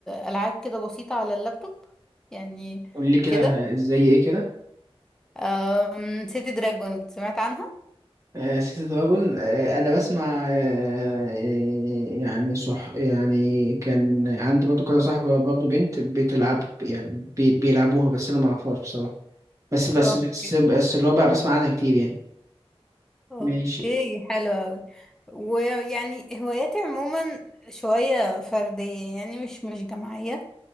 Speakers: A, in the centre; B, on the right.
A: العاب كده بسيطه على اللابتوب يعني
B: قول لي كده
A: كده
B: ه- زي ايه كده
A: آم، سيتي دراجون سمعت عنها
B: آه سيتي دراجون آه انا بسمع آه آه، يعني صح يعني كان عندي برضو كده صاحبة برضو بنت بتلعب يعني بي بيلعبوها بس انا ما اعرفهاش بصراحة بس بس
A: اوكي
B: بس بس اللي هو بقى بسمع عنها كتير يعني
A: اوكي
B: ماشي
A: حلو اوي ويعني هواياتي عموما شوية فردية يعني مش مش جماعية